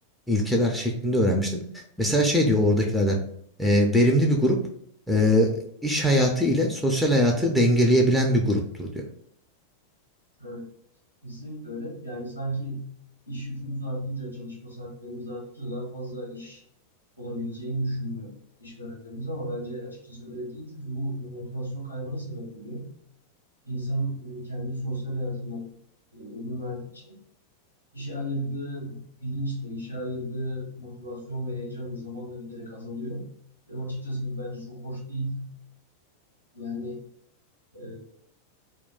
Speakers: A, in the centre; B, on the right.
A: ilkeler şeklinde öğrenmiştim. Mesela şey diyor oradakilerden e, verimli bir grup e, iş hayatı ile sosyal hayatı dengeleyebilen bir gruptur diyor.
B: Evet, kesinlikle öyle. Yani sanki iş yükümüz artınca, çalışma saatlerimiz artınca daha fazla iş olabileceğini düşünmüyor işverenlerimiz ama bence açıkçası öyle değil. Çünkü bu motivasyon kaybına sebep oluyor. İnsanın e, kendi sosyal hayatına e, ödün verdikçe İşe ayırdığı bilinç de, işe ayırdığı motivasyon ve heyecan da zamanla giderek azalıyor. Ve açıkçası bu bence çok hoş değil. Yani e,